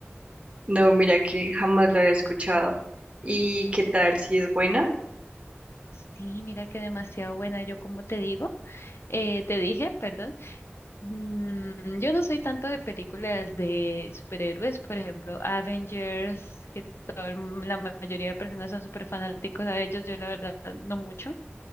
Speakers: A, on the right; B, on the left.
A: No, mira que jamás la había escuchado. ¿Y qué tal? ¿Si es buena?
B: Sí, mira que demasiado buena. Yo, como te digo, eh, te dije, perdón, mm, yo no soy tanto de películas de superhéroes, por ejemplo, Avengers, que todo el mu- la mayoría de personas son súper fanáticos a ellos. Yo, la verdad, no mucho.